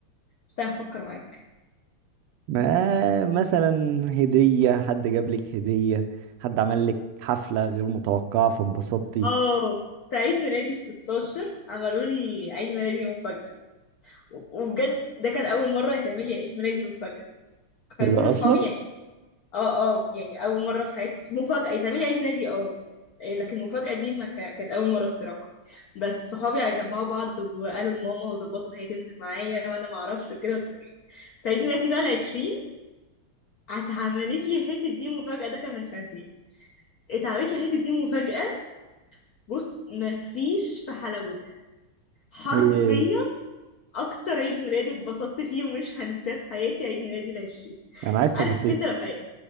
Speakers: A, on the left (about 60°); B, on the right (about 85°).
A: استنى هفكر معاك
B: ما مثلا هدية حد جاب لك هدية حد عمل لك حفلة غير متوقعة فاتبسطتي
A: اه في عيد ميلادي الستاشر عملوا لي عيد ميلادي مفاجأة و- وبجد ده كان أول مرة يتعمل لي عيد ميلادي مفاجأة كان
B: كده
A: كل
B: اصلا
A: صحابي يعني اه اه يعني اول مره في حياتي مفاجاه يتعملي عيد ميلادي اه إيه، لكن المفاجاه دي ما كا- كانت اول مره الصراحه بس صحابي جمعوا بعض وقالوا لماما وظبطوا ان هي تنزل معايا وانا ما اعرفش وكده واتفاجئت في عيد ميلادي بقى العشرين اتعملت لي حته دي مفاجاه ده كان من سنتين اتعملت لي حته دي مفاجاه بص ما فيش في حلاوتها حرفيا
B: ايه
A: اكتر عيد ميلاد اتبسطت فيه ومش هنساه في حياتي عيد ميلادي العشرين
B: انا عايز تفاصيل
A: عارف انت لما